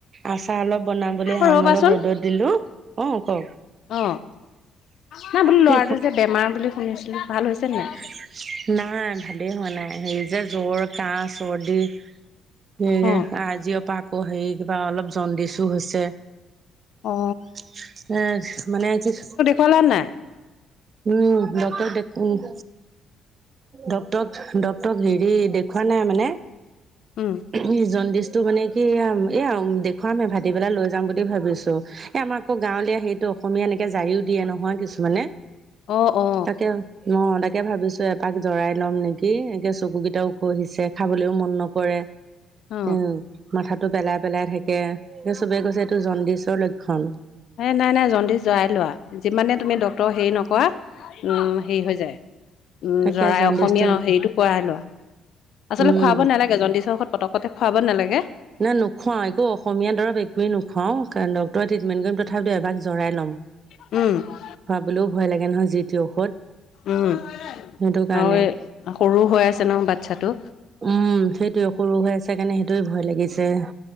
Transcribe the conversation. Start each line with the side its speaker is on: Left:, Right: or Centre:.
Right: আচাৰ অলপ বনাবলৈ
Left: অ ৰ'বাচোন
Right: আম অলপ ৰ'দত দিলো অ কও।
Left: অ অ অ নাই বোলো
Right: কি
Left: ল'ৰাটো যে বেমাৰ বুলি শুনিছিলো ভাল হৈছে
Right: চি
Left: নাই
Right: চি চি নাই ভালেই হোৱা নাই হেৰি যে জ্বৰ কাহ চৰ্দি। সেয়ে
Left: অ
Right: আজিৰ পৰা আকৌ হেৰি কিবা অলপ জণ্ডিছো হৈছে।
Left: অ
Right: চি চা চি এ এ এ মানে আজি
Left: ফলা নাই।
Right: উম উম উম ডক্টৰ দেখো উম। ডক্তৰক ডক্তৰক হেৰি দেখুৱা নাই মানে
Left: উম উ।
Right: উম হু জণ্ডিচটো মানে কি এই আম এই আৰু দেখুৱাম হে ভাটি পেলাই লৈ যাম বুলি ভাবিছো। এ আমাৰ আকৌ গাঁৱলীয়া সেইটো অসমীয়া এনেকে জাৰিও দিয়ে নহয় কিছুমানে
Left: অ অ
Right: তাকে উম। অ অ অ, তাকে ভাবিছো এপাক জৰাই লম নেকি একে চকু কেইটা খহিছে খাবলৈও মন নকৰে।
Left: অ
Right: এ ও ও মাথাটো পেলাই পেলাই থাকে এই চবে কৈছে এইটো জণ্ডিচৰ লক্ষ্যণ।
Left: হেই নাই নাই জণ্ডিচ যোৱাই লোৱা যিমানে তুমি ডক্টৰ হেৰি নকৰা। উম উ উ, হেৰি হৈ যায় উম
Right: তাকে
Left: উ জৰাই
Right: জণ্ডিচটো
Left: অসমীয়া হেৰিটো কৰাই লোৱা। আচলতে
Right: উম
Left: খুৱাব নেলাগে জণ্ডিচৰ ঔষধ পতকতে খুৱাব নেলাগে।
Right: নাই নোখোৱা একো ঔষ অসমীয়া দৰৱ একোৱে নোখোৱাওঁ কাৰণ ডক্টৰে ট্ৰিটমেণ্ট কৰিম তথাপিতোও এবাক জৰাই ল'ম।
Left: উম উ উ।
Right: খুৱাবলৈও ভয় লাগে নহয় যি টি ঔষধ।
Left: উম উ উ,
Right: সেইটো কাৰণে
Left: আৰু এই সৰু হৈ আছে ন বাচ্ছাটো।
Right: উম উ উ, সেইটোৱেই সৰু হৈ আছে কাৰণে সেইটোৱেই ভয় লাগিছে।